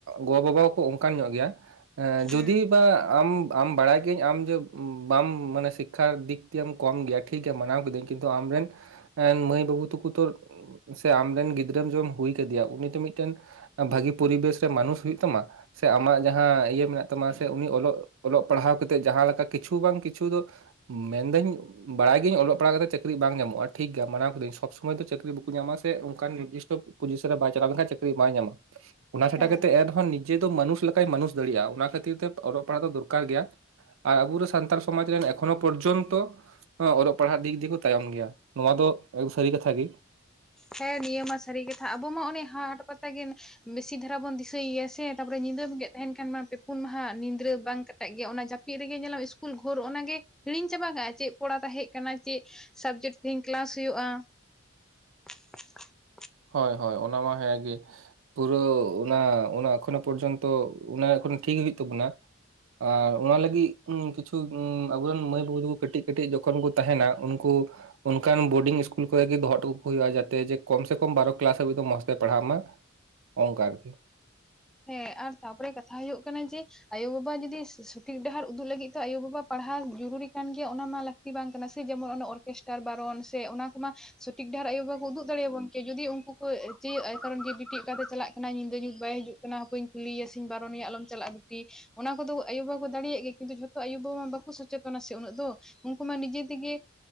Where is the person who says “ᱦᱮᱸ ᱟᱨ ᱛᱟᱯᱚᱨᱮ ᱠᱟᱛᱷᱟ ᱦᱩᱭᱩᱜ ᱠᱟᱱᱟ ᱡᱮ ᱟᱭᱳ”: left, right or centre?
Centre